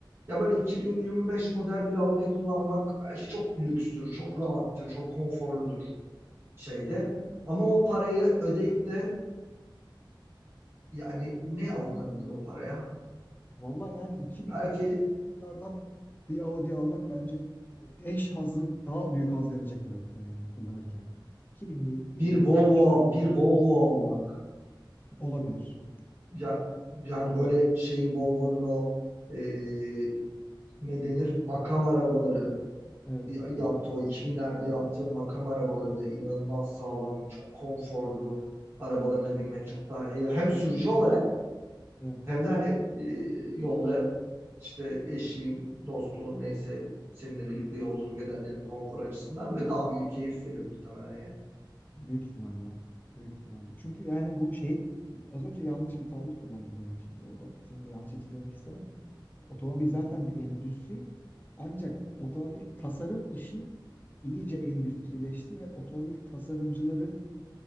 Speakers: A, on the right; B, on the left.
A: ya böyle 2025 model bir Audi kullanmak belki çok lükstür, çok rahattır, çok konforludur şeyde. Ama o parayı ödeyip de yani ne alınabilir o paraya?
B: Vallahi yani 2000,
A: Belki
B: 2000'li yıllardan bir Audi almak bence eş hazzı, daha büyük haz verecektir hatta yani kullanırken. 2000'li yılların
A: bir Volvo
B: başlarından
A: bir Volvo almak.
B: olabilir.
A: Ya, yani böyle şeyin Volvo'nun o e, ne denir? Makam arabaları
B: Evet,
A: ya-
B: evet,
A: yaptı. O 2000'lerde yaptığın makam arabaları inanılmaz sağlam, çok konforlu arabalarına binmek çok daha iyi. Hem sürücü olarak
B: evet.
A: Hem de hani e, yolda işte eşin, dostun neyse seninle birlikte yolculuk edenlerin konfor açısından böyle daha büyük keyif verir muhtemelen ya.
B: Büyük ihtimalle abi. Büyük ihtimalle. Çünkü yani bu şey az önce yanlış bir tabir kullandım yani şimdi oradan seni de yanlış etkilemek istemem. Otomobil zaten bir endüstri. Ancak otomobil tasarım işi iyice endüstrileşti ve otomobil tasarımcıları